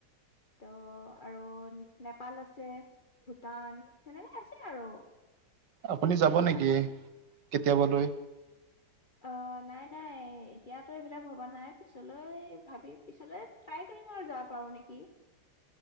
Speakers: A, on the left; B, on the right.
A: ত আৰু নেপাল আছে ভূটান সেনেকে আছে আৰু।
B: আপুনি যাব নেকি কেতিয়াবালৈ
A: অ নাই নাই এতিয়াতো এইবিলাক ভবা নাই পিছলৈ ভাবি পিছলৈ ট্ৰাই কৰিম আৰু যা পাৰো নেকি